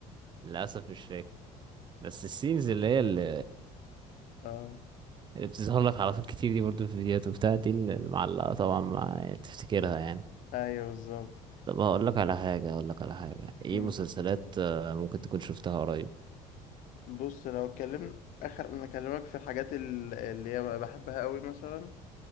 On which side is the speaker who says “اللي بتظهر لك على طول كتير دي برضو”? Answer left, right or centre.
Right